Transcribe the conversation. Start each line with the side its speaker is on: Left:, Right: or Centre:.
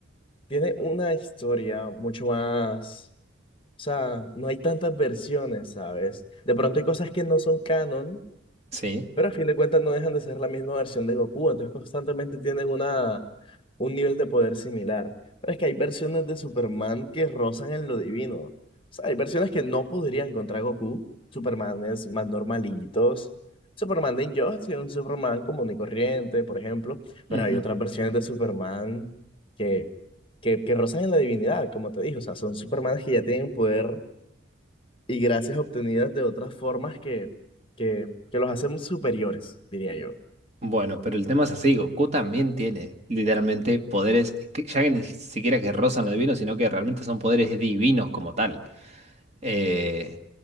Left: tiene una historia mucho más, o sea, no hay tantas versiones, ¿sabes? De pronto hay cosas que no son canon,
Right: Sí.
Left: Pero a fin de cuentas no dejan de ser la misma versión de Goku, entonces constantemente tienen una, un nivel de poder similar. Pero es que hay versiones de Superman que rozan en lo divino. O sea, hay versiones que no podrían contra Goku, Supermanes más normalitos, Superman de Injustice, un Superman común y corriente, por ejemplo, pero
Right: Ujú.
Left: hay otras versiones de Superman que, que, que rozan en la divinidad, como te dije, o sea, son Supermanes que ya tienen un poder y gracias obtenidas de otras formas que, que, que los hacen superiores, diría yo.
Right: Bueno, pero el tema es así, Goku también tiene literalmente poderes, que ya que ni siquiera que rozan lo divino, sino que realmente son poderes divinos como tal. Eh,